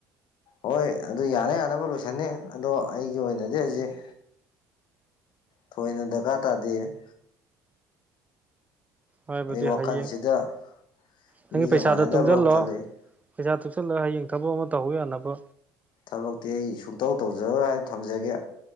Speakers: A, on the left; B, on the right.
A: ꯍꯣꯏ ꯑꯗꯨ ꯌꯥꯅ ꯌꯥꯅꯕ ꯂꯣꯏꯁꯟꯅꯤ ꯑꯗꯣ ꯑꯩꯒꯤ ꯑꯣꯏꯅꯗꯤ ꯍꯧꯖꯤꯛ ꯊꯣꯏꯅ ꯗꯔꯀꯥꯔ ꯇꯥꯗꯦ
B: ꯍꯥꯢꯕꯗꯤ
A: ꯑꯩ ꯋꯥꯈꯜꯁꯤꯗ
B: ꯍꯌꯦꯡ ꯅꯪꯒꯤ
A: ꯃꯤꯒ
B: ꯄꯩꯁꯥꯗꯣ
A: ꯃꯥꯟꯅꯗꯕ꯭ꯔ
B: ꯇꯨꯡꯁꯤꯜꯂꯣ
A: ꯑꯃ ꯈꯜꯂꯛꯏ
B: ꯄꯩꯁꯥ ꯇꯨꯡꯁꯤꯜꯂꯒ ꯍꯌꯦꯡ ꯊꯕꯛ ꯑꯃ ꯇꯧꯍꯧ ꯌꯥꯅꯕ
A: ꯊꯕꯛꯇꯤ ꯑꯩ ꯁꯨꯡꯇꯧ ꯇꯧꯖꯔꯣꯏ ꯍꯥꯏꯅ ꯊꯝꯖꯒꯦ